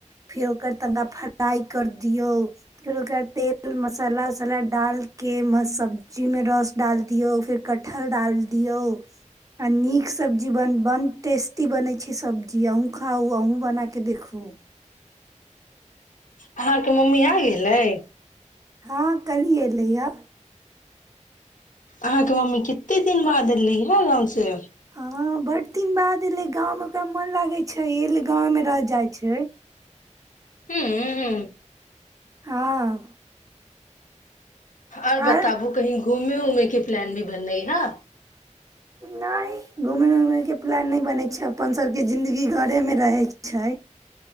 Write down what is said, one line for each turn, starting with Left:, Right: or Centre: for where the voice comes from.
Right: फेर ओकर तनका फ्राइ कर दियौय <unintelligible> तेल मसाला वसाला डालके म सब्जीमे रस डाल दियऔ फिर कटहल दियौय नीक सब्जी ब टेस्टी बन छैय सब् जी अ खाउ अू बना के देखखू
Left: अहाँके मम्मी आ गेलैय
Right: हँ कलिये पलय
Left: अहाँके मम्मी कते दिन बाद एलै ह गांव से
Right: हँ बड दिन बाद एलैय गाँवमे ओकरा मन लागै छैय एहिले गाँव मे रह जाइ छैय
Left: हूँ
Right: हँ
Left: आओर
Right: आ
Left: बताबू कही घूमे घूमे क प्लान भी बनलै हैँ
Right: नहि घूमय उमयके प्लान नहि बनै छैय अपन सभके जिंन्दगी घरेमे रहैय छैय